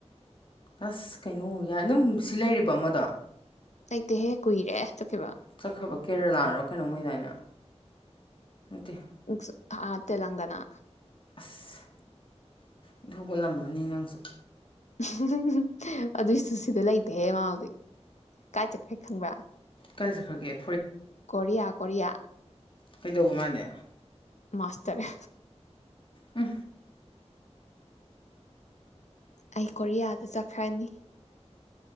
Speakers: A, on the left (about 50°); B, on the left (about 85°).
A: ꯑꯁ ꯀꯩꯅꯣ ꯌꯥꯏ ꯑꯗꯨꯝ ꯁꯤ ꯂꯩꯔꯤꯕꯣ ꯑꯃꯗꯣ
B: ꯂꯩꯇꯦꯍꯦ ꯀꯨꯏꯔꯦ ꯆꯠꯀꯈꯤꯕ
A: ꯆꯠꯈ꯭ꯔꯕ ꯀꯦꯔꯂꯥꯔꯣ ꯀꯩꯅꯣꯝ ꯑꯣꯏꯗꯥꯏꯅꯦ ꯅꯠꯇꯦ
B: ꯑꯟꯏꯟꯇꯦꯜꯂꯤꯖꯤꯕꯜ ꯑꯥ ꯇꯦꯂꯪꯒꯅꯥ
A: ꯑꯁ ꯏꯟꯊꯣꯛꯄꯂꯝꯃꯝꯅꯤ ꯅꯪꯁꯦ
B: ꯎ <unintelligible> ꯑꯗꯨꯏꯁꯨ ꯁꯤꯗ ꯂꯩꯇꯦꯍꯦ ꯃꯥ ꯍꯧꯖꯤꯛ ꯀꯥꯏ ꯆꯠꯈ꯭ꯔꯤ ꯈꯪꯕ꯭ꯔꯥ
A: ꯀꯥꯏꯆꯠꯈ꯭ꯔꯒꯦ
B: ꯀꯣꯔꯤꯌꯥ ꯀꯣꯔꯤꯌꯥ
A: ꯀꯩꯗꯧꯕ ꯃꯥꯗꯤ
B: ꯃꯥꯁꯇꯔ
A: ꯑ
B: ꯑꯩ ꯀꯣꯔꯤꯌꯥꯗ ꯆꯠꯈ꯭ꯔꯅꯤ